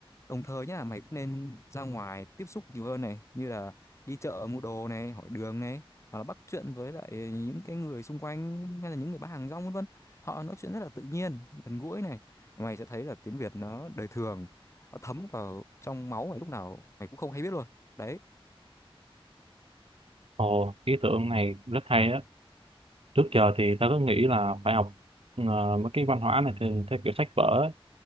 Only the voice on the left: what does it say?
Đồng thời nhá, mày cũng nên ra ngoài tiếp xúc nhiều hơn này, như là đi chợ mua đồ này, hỏi đường này, hoặc là bắt chuyện với lại những cái người xung quanh hay là những người bán hàng rong vân vân. Họ nói chuyện rất là tự nhiên, gần gũi này. Mày sẽ thấy là tiếng Việt nó đời thường, nó thấm vào trong máu mày lúc nào mày cũng không hay biết luôn. Đấy,